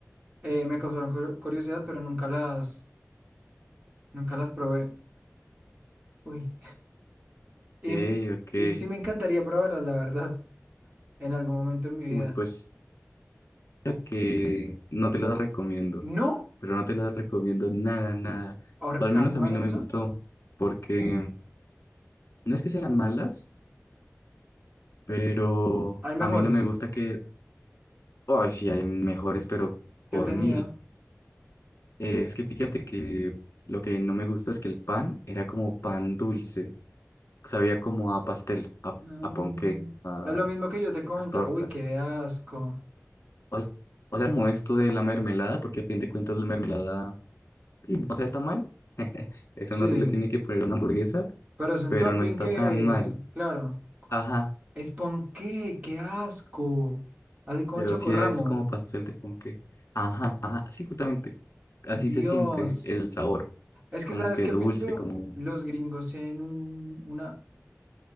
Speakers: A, on the right (about 25°); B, on the left (about 55°).
A: Eh, me causaron cu- curiosidad,
B: Ya.
A: pero nunca las Nunca las probé. Uy. Y,
B: Ok,
A: me-
B: ok.
A: y sí me encantaría probarlas, la verdad, en algún momento en mi
B: Uy,
A: vida.
B: pues... que no te las recomiendo,
A: No,
B: pero no te las recomiendo nada, nada.
A: ahor-
B: O al menos
A: tan malas
B: a mí no me
A: son.
B: gustó, porque no es que sean malas, pero
A: Hay mejores
B: a mí no me gusta que, ay, sí, hay mejores, pero por
A: que tenía.
B: mil. Eh, es que fíjate que lo que no me gustó es que el pan era como pan dulce, sabía como a pastel, a,
A: Mm,
B: a ponqué, a,
A: Es lo mismo que yo te comentaba.
B: a torta,
A: Uy, qué
B: sí.
A: asco.
B: O, o sea, como esto de la mermelada, porque a fin de cuentas la mermelada Y, o sea, está mal. <laughs> Eso
A: Sí,
B: no se le tiene que poner una hamburguesa,
A: pero es un
B: pero
A: topping
B: no está
A: que,
B: tan mal.
A: claro,
B: Ajá,
A: es ponqué, qué asco. Así como
B: pero
A: el chocorramo.
B: sí es como pastel de ponqué. Ajá, ajá, sí, justamente. Así
A: Dios.
B: se siente el sabor,
A: Es que,
B: como
A: ¿sabes
B: que
A: qué
B: dulce,
A: pienso?
B: como...
A: Los gringos tienen un, una,